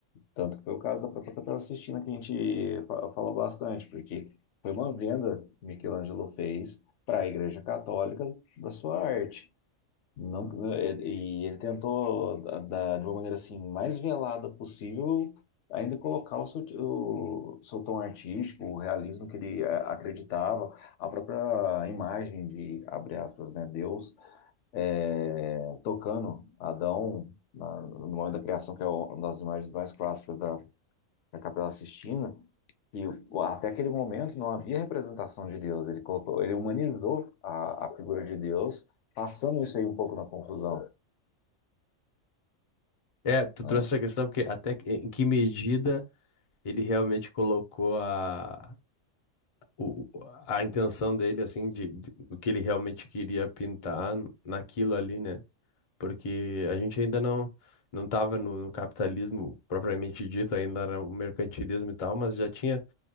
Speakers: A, on the left (about 70°); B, on the left (about 45°).
A: Tanto que foi o caso da própria Capela Sistina que a gente fa- falou bastante, porque foi uma venda que Michelangelo fez para a Igreja Católica da sua arte. Não, é, e ele tentou, da, da- de uma maneira assim, mais velada possível, ainda colocar o seu, o seu tom artístico, o realismo que ele eh, acreditava, a própria imagem de, abre aspas, né, Deus eh, tocando Adão na- no momento da criação, que é o- uma das imagens mais clássicas da, na Capela Sistina, e o- até aquele momento não havia representação de Deus. Ele colocou, ele humanizou a, a figura de Deus, passando isso aí um pouco na confusão,
B: É, tu
A: né?
B: trouxe essa questão porque até que- em que medida ele realmente colocou a o, a intenção dele, assim, de, de- do que ele realmente queria pintar naquilo ali, né? Porque a gente ainda não não estava no, no capitalismo propriamente dito, ainda era o mercantilismo e tal, mas já tinha